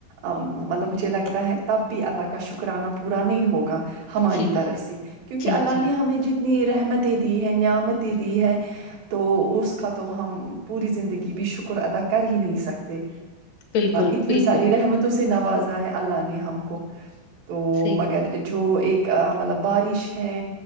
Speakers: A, on the right; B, on the left.
A: آمم مطلب مجھے لگتا ہے تب بھی اللہ کا شکرانہ پورا نہیں ہوگا ہماری
B: جی۔
A: طرف سے کیونکہ
B: جی
A: اللہ
B: جی
A: نے ہمیں جی تنی رحمتیں دی ہے نعمتیں دی ہے تو اس اس کا تو ہم پوری زندگی بھی شکر ادا کر ہی نہیں سکتے
B: بالکل
A: اتنی
B: بالکل
A: ساری رحمتوں سے نوازا ہے اللہ نے ہم کو تو
B: صحیح
A: مگر جو ایک آ مطلب بارش ہے